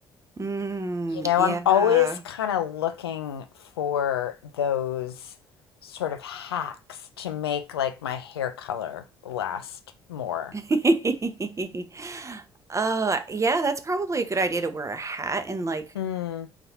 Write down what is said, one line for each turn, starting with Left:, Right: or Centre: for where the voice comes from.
Right: Mm,
Left: You know,
Right: yeah.
Left: I'm always kind of looking for those sort of hacks to make like my hair color last more.
Right: <laughs> Uh, yeah, that's probably a good idea to wear a hat and like,
Left: Hmm.